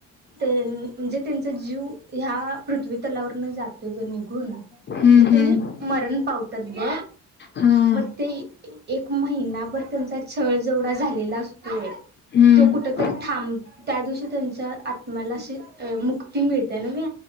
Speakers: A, on the right; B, on the left.
A: म्हणजे त्यांचा जीव ह्या पृथ्वी तलावर जातय निघून म्हणजे
B: हम्म हम्म
A: त्यांनी मरण पावतात ब
B: हा
A: मग ते एक महिनाभर त्यांचा छळ जेवढा झालेला असतोय.
B: हम्म
A: तो कुठ तरी थांब त्या दिवशी त्यांच्या आत्म्याला अशी मुक्ती मिळते नव्हे